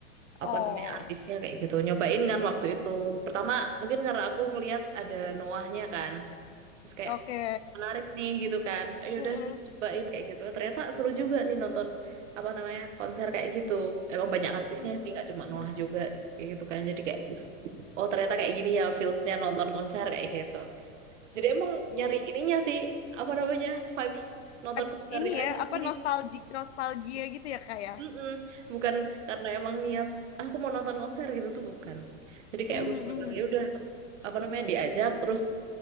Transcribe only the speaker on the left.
Oh,
oke.
<laughs> Heeh.
Hmm.
hmm.
Iya.
Vibes
ini
ya, apa
nostalgia nostalgia gitu ya Kak ya.
<laughs>